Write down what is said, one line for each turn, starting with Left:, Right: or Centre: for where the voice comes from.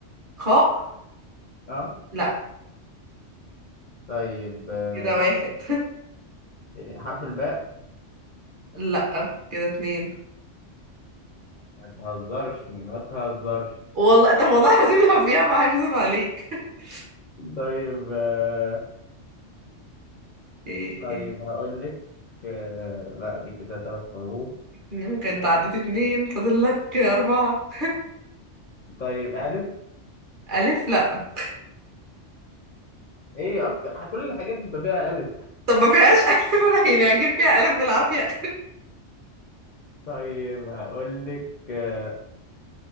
Right: خاء
Left: اه
Right: لا
Left: طيب آه،
Right: كده واحد
Left: إيه، حرف الباء
Right: لا كده اتنين
Left: ما تهزرش ما تهزرش
Right: والله طب والله العظيم لو فيها ما هكذب عليك <laughs>
Left: طيب آه،
Right: إيه
Left: طيب
Right: إيه
Left: هقول لك آه، لا دي كده ثلاث حروف
Right: يمكن تعديت اتنين فاضل لك أربعة
Left: طيب ألف
Right: ألف لا
Left: ايه أك... كل الحاجات بيبقى فيها ألف
Right: طب ما فيهاش ألف <laughs> أنا يعني هجيب فيها ألف بالعافية
Left: طيب هقول لك آه،